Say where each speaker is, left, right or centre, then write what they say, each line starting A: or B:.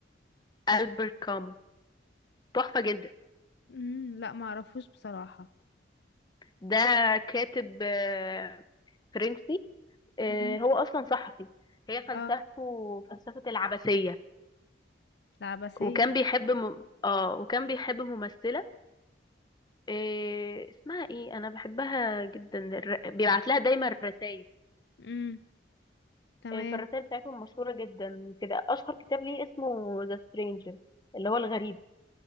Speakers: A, on the left (about 20°); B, on the left (about 60°).
A: ألبert كامو تحفة جدا
B: امم لا ما اعرفوش بصراحه
A: ده كاتب آه، فرنسي آه،
B: امم
A: هو اصلا صحفي هي فلسفته
B: اه
A: فلسفة العبثية
B: العباسية
A: وكان بيحب م... اه وكان بيحب ممثلة إيه اسمها ايه انا بحبها جدا الر... بيبعت لها دايما رسائل
B: امم تمام
A: إيه فالرسائل بتاعتهم مشهورة جدا كده اشهر كتاب ليه اسمه ذا سترينجر اللي هو الغريب